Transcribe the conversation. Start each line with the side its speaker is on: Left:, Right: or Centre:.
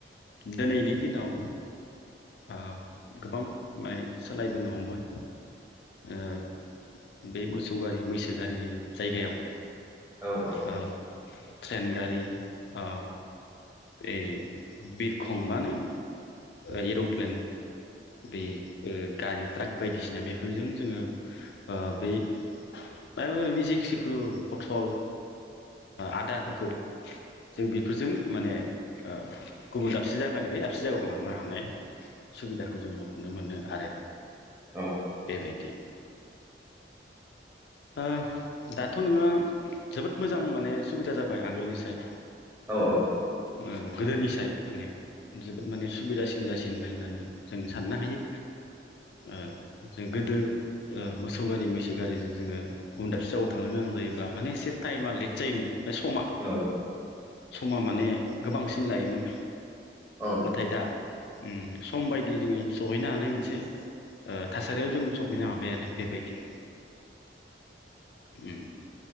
Left: दिनैनि दिनाव ओ गोबां माने सोलायबोनो हमबाय। ओ बे मोसौ गारि मैसो गारिनि जायगायाव।
Right: औ औ।
Left: ओ ट्रेन गारि। ओ ए बिरखंबानो ओ एरप्लेन बे ओ ओ गारि ट्राक बायदिसिना बेफोरजों जोङो ओ बै मायबा मायबि जेखि जेखुनु पथल ओ आदारफोरखौ जों बेफोरजों माने ओ गुबुन दाबसे जायगानिफ्राय दाबसे जायगायाव लांनो हानाय सुबिदा खौ जोङो नुहुरनो मोनो आरो
Right: औ
Left: बायदि ओ दाथ नोङो जोबोद मोजां माने सुबिदा जाबाय आगोलनिसाय
Right: औ औ
Left: ओ गोदोनिसाय माने जोबोद माने सुबिदासि जासिनबाय होननानै जों साननो हायो ओ जों गोदो ओ मोसौ गारि मैसो गारिजों जोङो गुबुन दाबसे जगायाव थांनो गोनां जायोबा माने एसे टायेमा लेट जायोमोन माने समा
Right: औ
Left: समा माने गोबांसिन लायोमोन
Right: औ
Left: नाथाय दा उम सम बाय दि जोङो सहैनो हानाय मोनसे ओ थासारियाव जों सफैनो हाबाय आरो बेबायदि उम